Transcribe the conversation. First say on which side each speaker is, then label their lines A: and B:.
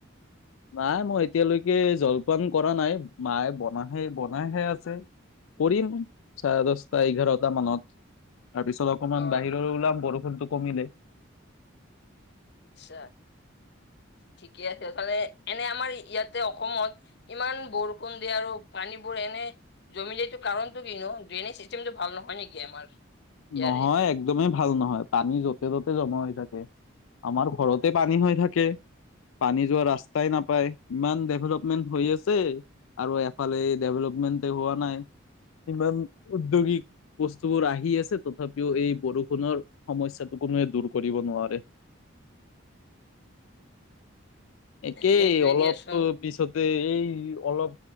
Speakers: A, on the left (about 80°); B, on the left (about 55°).
A: নাই মই এতিয়ালৈকে জলপান কৰা নাই। মায়ে বনাহে- বনাইহে আছে। কৰিম, চাৰে দছটা এঘাৰটা মানত তাৰপিছত আ অকণমান
B: অ
A: বাহিৰলৈ ওলাম, বৰষুণতো কমিলে।
B: আচ্ছা ঠিকে আছে <unintelligible> এনে আমাৰ ইয়াতে অসমত ইমান বৰষুণ দিয়াৰো পানীবোৰ এনে <unintelligible> কাৰণতো কিনো ড্ৰেইনেজ চিষ্টেমটো ভাল নহয় নেকি আমাৰ? ইয়াৰে
A: নহয়, একদ একদমেই ভাল নহয়, পানী য'তে ত'তে জমা হৈ থাকে। আমাৰ ঘৰতে পানী হৈ থাকে। পানী যোৱা ৰাস্তাই নাপায়, ইমান ডেভেলপমেন্ট হৈ আছে। আৰু এফালে ডেভেলপমেণ্টেই হোৱা নাই। ইমান উদ্যোগিক বস্তুবোৰ আহি আছে। তথাপিও এই বৰষুণৰ সমস্যাটো কোনোৱে দূৰ কৰিব নোৱাৰে। একেই
B: সেইটোৱে
A: অলপ
B: দিয়াচোন
A: পিছত এই অলপ